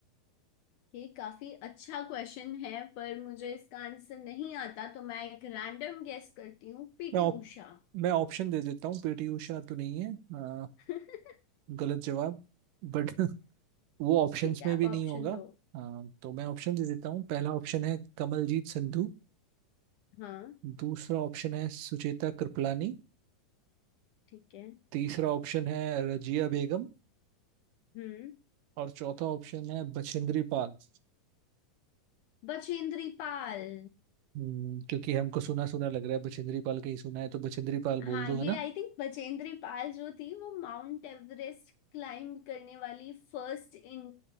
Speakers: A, on the left; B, on the right.
A: ये काफी अच्छा क्वेश्चन है पर मुझे इसका आंसर नहीं आता तो मैं एक रैंडम गेस करती हूँ पीटी
B: मैं ऑप,
A: उषा
B: मैं ऑप्शन दे देता हूँ पीटी उषा तो नहीं है अ,
A: <laughs>
B: गलत जवाब बट <laughs> वो ऑप्शंस
A: ठीक है
B: में
A: आप
B: भी नहीं
A: ऑप्शन
B: होगा
A: दो
B: हाँ, तो मैं ऑप्शन दे देता हूँ पहला ऑप्शन है कमलजीत संधू
A: हाँ
B: दूसरा ऑप्शन है सुचेता कृपलानी
A: ठीक है
B: तीसरा ऑप्शन है रजिया बेगम
A: हम्म
B: और चौथा ऑप्शन है बछेंद्री पाल
A: बचेंद्री पाल
B: हम्म, क्योंकि हमको सुना सुना लग रहा है बछेंद्री पाल कहीं सुना है तो बछेंद्री पाल
A: हाँ
B: बोल दो
A: ये
B: है ना
A: आई थिंक बचेंद्री पाल जो थी वो माउंट एवरेस्ट क्लाइंब करने वाली फर्स्ट इन